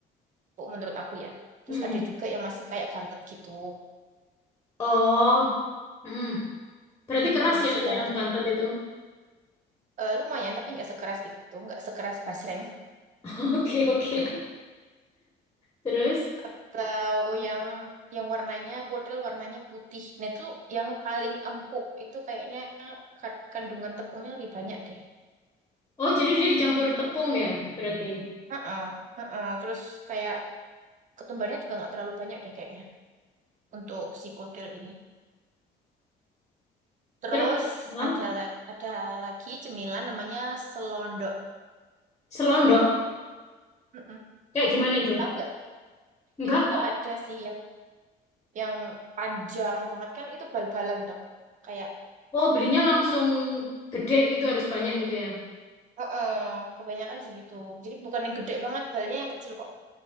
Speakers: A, on the right (about 50°); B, on the left (about 20°).
A: oh, menurut aku ya terus
B: Hmm.
A: ada juga yang masih kayak bantet gitu
B: Oh, hmm. Berarti keras
A: Ya masih
B: ya kalau
A: Bantet
B: yang bantet
A: itu.
B: itu.
A: eh, lumayan tapi nggak sekeras itu, nggak sekeras Basreng
B: <laughs> Oke, oke. Terus,
A: atau yang yang warnanya model warnanya putih. Nah itu yang paling empuk itu kayaknya ka- kandungan tepungnya lebih banyak deh.
B: oh jadi dia dicampur tepung ya, berarti.
A: Heeh, heeh. Terus kayak ketumbarnya juga nggak terlalu banyak deh kayaknya untuk si kodel ini. Terus
B: Terus, Hah?
A: ada la- ada lagi cemilan namanya selondok.
B: selondok.
A: Mm-mm.
B: Kayak gimana itu?
A: Tahu nggak?
B: Enggak,
A: Itu
B: enggak.
A: tuh ada sih yang yang panjang banget kan itu bal-balan tuh. Kayak
B: Oh, belinya langsung gede gitu, harus banyak gitu ya.
A: Heeh, kebanyakan segitu. Jadi bukan yang gede banget, balnya yang kecil kok.